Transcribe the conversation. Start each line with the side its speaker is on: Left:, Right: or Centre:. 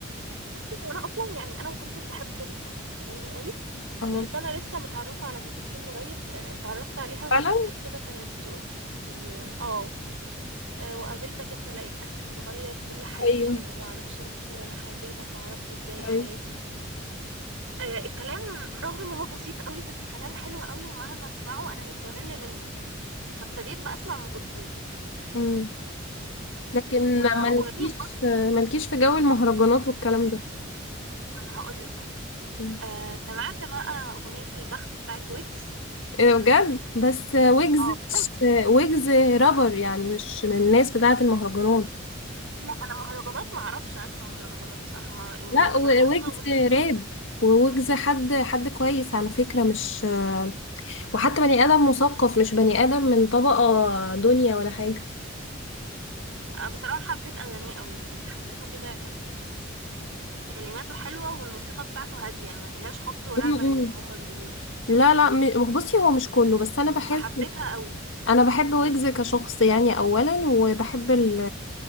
Right: بصي هو انا اصلا يعني انا ما كنتش بحب الاغاني قوي
Left: اه
Right: بس انا لسه متعرفه على ام كلثوم قريب آه، اتعرفت عليها من
Left: فعلا
Right: كوبليه كده كانت بتقول لي، اه آه، آه، وقابلتك انت لقيتك بتغير كل حياتي
Left: ايوه
Right: ما اعرفش ازاي انا حبيتك وما اعرفش ازاي
Left: ايوه
Right: حياتي آه، الكلام رغم ان هو بسيط قوي بس كلام حلو قوي ومهما اسمعه انا مش بمل منه فابتديت بقى اسمع ام كلثوم
Left: امم لكن
Right: وقريب
Left: مالكيش
Right: برضه
Left: مالكيش في جو المهرجانات والكلام ده
Right: ما انا هقول لك اهو
Left: مم.
Right: آه، سمعت بقى اغنيه البخت بتاعت ويجز
Left: ايه ده بجد بس ويجز
Right: اه <laughs>
Left: ويجز رابر يعني مش من الناس بتاعة المهرجانات
Right: لا انا مهرجانات ما اعرفش اسمع مهرجانات بصراحه ما يعني
Left: لا
Right: مش
Left: و-
Right: بفهمها
Left: ويجز
Right: ومش بسمعها
Left: راب وويجز حد حد كويس على فكرة مش وحتى بني آدم مثقف مش بني آدم من طبقة دنيا ولا حاجة
Right: آه، بصراحه حبيت اغانيه قوي يعني حسيته كده كلماته حلوة والموسيقى بتاعته هادية ما فيهاش خبط ورزع
Left: م-م.
Right: زي ما هما بيقولوا
Left: لا لا م- بصي هو مش كله بس أنا بحس
Right: فحبيتها قوي
Left: أنا بحب ويجز كشخص يعني أولا وبحب ال